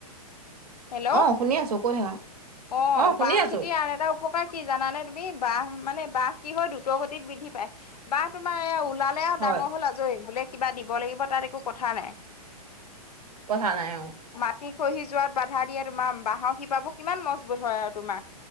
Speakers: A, on the left; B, on the right.
A: হেল্ল' অ,
B: অ শুনি আছো কৈ থাকা অ শুনি
A: বাঁহ
B: আছো
A: খেতিৰ আন এটা উপকাৰ কি জানানে তু তুমি বাঁহ মানে বাঁহ কি হয় দ্ৰুত গতিত বৃদ্ধি পায়। বাঁহ তোমাৰ এ ওলালে আও
B: হয়
A: ডাঙৰ হ'ল আ জৈ হলে কিবা দিব লাগিব তাত একো কথা নাই।
B: কথা নাই আও।
A: মাটি খহি যোৱাত বাধা দিয়ে তোমাৰ বাঁহ শিপাবো কিমান মজবুত হয় আও তোমাৰ।